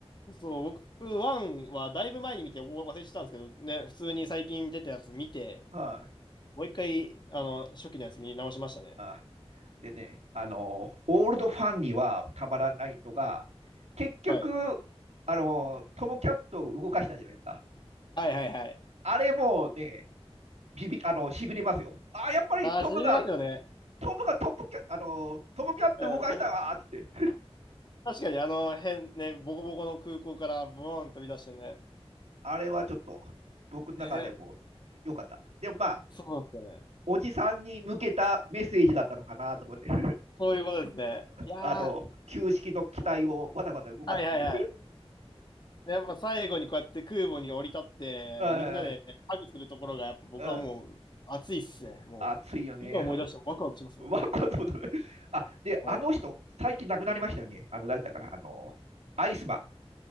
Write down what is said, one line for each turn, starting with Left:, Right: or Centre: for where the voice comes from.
Left: そう、僕、ワンはだいぶ前に見てお忘れてたんですけど、ね、普通に最近出たやつ見て、
Right: はい、
Left: もう一回、あの、初期のやつ見直しましたね。
Right: あ。でね、あの、オールドファンにはたまらないのが、結局、
Left: はい。
Right: あの、トム・キャットを動かしたじゃないですか。
Left: はいはいはい。
Right: あれもうね、ビビあの、しびれますよ。あ、やっぱりトムが、
Left: あー、しびれますよね。
Right: トムがトップキャ、あの、トム・キャット動かしたわーっつって。
Left: うん、と確かにあの辺ね、ボコボコの空港からブーン飛び出してね。
Right: うん、あれはちょっと僕の中でこう良かった。
Left: ね、
Right: でもまあ、
Left: そうなんですよね。
Right: おじさんに向けたメッセージだったのかなと思って <laughs>、
Left: そういうことですね。いやー、
Right: あの、旧式の機体をわざわざ動かすという。
Left: はいはいはい。やっぱ最後にこうやって空母に降り立って、
Right: <laughs> う
Left: みんなでハグするところが、やっぱ僕はもう熱いっすね。
Right: んうん
Left: もう、
Right: 熱いよね
Left: 今思い出してもワクワクしますもん。
Right: <laughs>。わかあ、で、
Left: はい。
Right: あの人、最近亡くなりましたよね。あの、誰だったかな、あの、アイスマン。